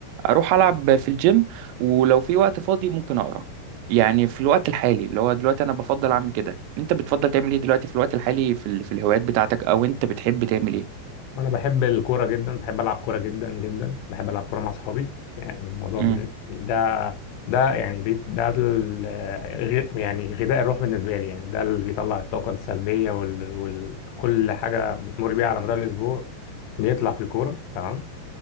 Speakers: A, on the right; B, on the left.
A: اروح العب في الجيم ولو في وقت فاضي ممكن اقرا يعني في الوقت الحالي اللي هو دلوقتي انا بفضل اعمل كده انت بتفضل تعمل ايه دلوقتي في الوقت الحالي في ال... في الهوايات بتاعتك او انت بتحب تعمل
B: وانا بحب الكورة جدا بحب العب كورة جدا جدا بحب العب كورة مع اصحابي يعني الموضوع
A: ايه
B: بن- ده ده يعني دي- ده ال- آه، غ- يعني غذاء الروح بالنسبة لي يعني ده اللي بيطلع الطاقة السلبية وكل حاجة بتمر بيها على مدار الاسبوع بيطلع في الكورة تمام